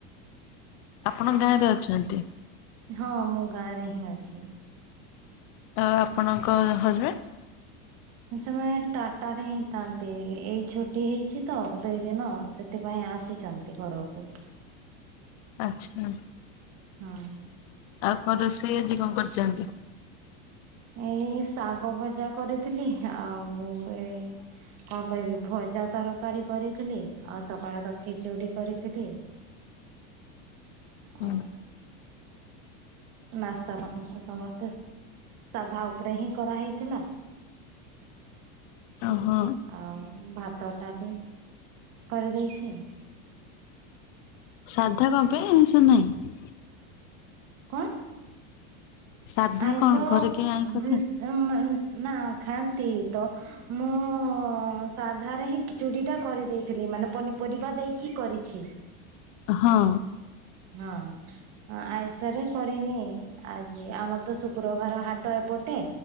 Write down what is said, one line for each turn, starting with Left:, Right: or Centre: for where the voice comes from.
Left: ଆପଣ ଗାଁରେ ଅଛନ୍ତି?
Right: ହଁ, ମୁଁ ଗାଁରେ ହିଁ ଅଛି।
Left: ଆ ଆପଣଙ୍କ ହଜବେଣ୍ଡ?
Right: ସେମାନେ ଟାଟାରେ ହିଁ ଥାନ୍ତି। ଏଇ ଛୁଟି ହେଇଛି ତ ଦୁଇ ଦିନ। ସେଥିପାଇଁ ଆ ଆସିଚନ୍ତି ଘରକୁ।
Left: ଆଚ୍ଛା।
Right: ହଁ
Left: ଆଉ କଣ ରୋଷେଇ ଆଜି କଣ କରିଛନ୍ତି?
Right: ଏଇ ଶାଗ ଭଜା କରିଥିଲି, ଆଉ ଏଇ କଣ କରିବି ଭଜା, ତରକାରୀ କରିଥିଲି ଆଉ ସକାଳେ ତ ଖିଚୁଡ଼ି କରିଥିଲି।
Left: ହୁଁ
Right: ଆଉ ନାସ୍ତା ପସନ୍ଦ ସମସ୍ତେ ସାଧା ଉପରେ ହିଁ କରାହେଇଥିଲା।
Left: ଓହୋ
Right: ଆଉ ଭାତ, ଡାଲି। କରିଦେଇଛି।
Left: ସାଧା କଣ ପାଇଁ ଆଇଁଷ ନାହିଁ।
Right: କଣ?
Left: ସାଧା
Right: ଆଇଁଷ
Left: କଣ
Right: ଉଁ
Left: ଘରେ କେହି ଆଇଁଷ ଖାଆନ୍ତି
Right: ଉଁ ନା ଖା ନ୍ତି ତ ମୁଁ ସାଧାରେ ହିଁ ଖିଚୁଡ଼ି ଟା କରିଦେଇଥିଲି। ମାନେ ପନିପରିବା ଦେଇକି କରିଛି।
Left: ହଁ।
Right: ହଁ ଆଇଁଷ ରେ କରିନି, ଆଜି ଆମର ତ ଶୁକ୍ରବାର ହାଟ ଏପଟେ